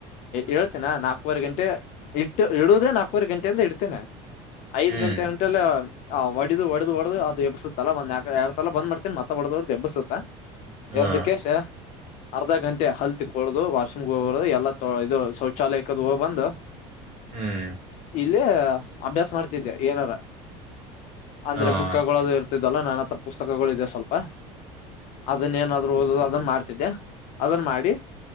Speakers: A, on the left; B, on the right.
A: ಹೇಳ್ತೇನಾ ನಾಲ್ಕವರೆ ಗಂಟೆ ಇತ ಇಡುದೇ ನಾಲ್ಕೂವರೆ ಗಂಟೆಯಿಂದ ಇಡ್ತೇನೆ. ಐದ್
B: ಹ್ಮ್
A: ಗಂಟೆ ಗಂಟಲ್ಲ ಆ ಹೊಡಿದು ಹೊಡ್ದುಡದು ಅದು ಎಬ್ಬಸುತ್ತಲ್ಲ ಬಂದ ಯಕ ಎರಡ್ ಸಲ ಬಂದ್ ಮಾಡತನಿ ಮತ್ತ ಹೊಡ್ ಹೊಡ್ದು ಎಬ್ಬಸುತ್ತಾ.
B: ಹ್ಮ್
A: ಎದ್ದಕ್ಕೆ ಅರ್ಧ ಗಂಟೆ ಹಲ್ ತಿಕ್ಕೊಳದು ವಾಶ್ರೂಮ್ಗೆ ಹೋಗದು ಎಲ್ಲ ಇದು ಶೌಚಾಲಯಕ್ಕೆದು ಹೋಗ ಬಂದು.
B: ಹ್ಮ್
A: ಇಲ್ಲಿ ಅಭ್ಯಾಸ ಮಾಡ್ತಿದ ಏನಾರ ಅಂದ್ರೆ
B: ಹ್ಮ್
A: ಬುಕ್ ತಗಳೋದು ಇರ್. ಲ್ಲ ನನ್ನ ಹತ್ರ ಪುಸ್ತಕಗಳು ಇದೆ ಸ್ವಲ್ಪ ಅದನ್ನ ಏನಾದ್ರರು ಓದ ಅದನ್ ಮಾಡ್. ಅದನ್ನ ಮಾಡಿ